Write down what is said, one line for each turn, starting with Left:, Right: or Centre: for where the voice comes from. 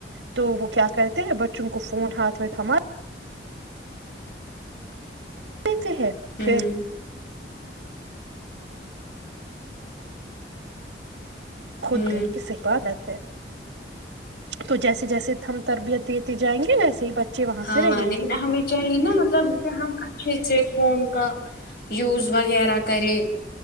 Right: تو وہ کیا کرتے بچوں کو فون ہاتھ میں تھما دیتے ہیں
Left: ہوں
Right: پھر خود
Left: ہوں
Right: د کی سے عبادت ہے تو جیسے جیسے ہم ہم تربیت دیتے جائیں گے ویسے ہی بچے وہاں
Left: ہاں
Right: سے رہیں
Left: لیکن
Right: گے
Left: ہمیں چاہیے نا مطلب کہ ہم اچھے سے فون کا یوز وغیرہ کرے